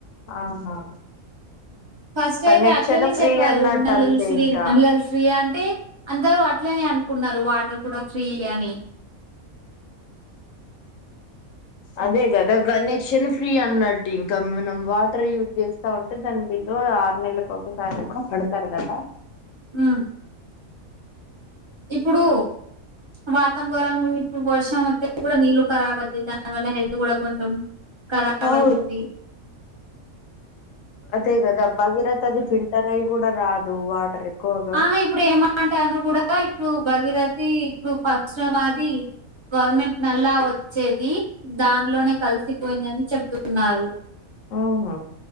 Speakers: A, on the left (about 70°); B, on the right (about 30°).
A: ఆహా
B: ఫస్ట్
A: కనెక్షన్
B: అయితే అట్లనే
A: ఫ్రీ
B: చెప్పారు
A: అన్నట్టు
B: నల్లల
A: అంతే
B: శ్రీ
A: ఇంకా
B: నల్లల శ్రీ అంటే అందరు అట్లనే అన్ కున్నారు వాటర్ కూడా ఫ్రీగా అని
A: అదే కదా కనెక్షన్ ఫ్రీ అన్నట్టు ఇంకా మనం వాటర్ యూజ్ చేస్తా ఉంటే దాని బిల్ ఆరు నెల్లకి ఒక్కసారి కూడా పడతారు కదా
B: అ ఇప్పుడు వాతంవరం ఇప్పుడు వర్షం వస్తే కూడా నీళ్లు ఖరాబ్ అవుతది దానివల్ల హెల్త్ కూడా కొంచెం కరాబయితది
A: అవును అదేగద భగిరత అది ఫిల్టర్ అయి కూడా రాదు వాటర్ ఎక్కువగా
B: ఆహా ఇప్పుడు ఏమంటారు కూడా ఇప్పుడు భగీరథి ఇప్పుడు ఫస్ట్ మాది గవర్నమెంట్ నల్లా వచ్చేది దానిలోనే కలిసిపోయిందని చెప్తున్నారు
A: ఆహా